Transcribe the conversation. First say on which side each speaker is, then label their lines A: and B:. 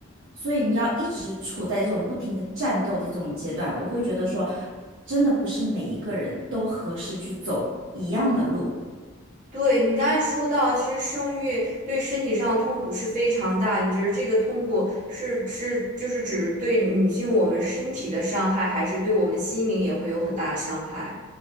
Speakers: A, on the right (about 65°); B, on the right (about 40°).
A: 所以你要一直处在这种不停的战斗的这种阶段，我会觉得说，真的不是每一个人都合适去走一样的路。
B: 对，你刚才说到，其实生育对身体上的痛苦是非常大的。你觉得这个痛苦是是就是指对女性我们身体的伤害，还是对我们心灵也会有很大的伤害？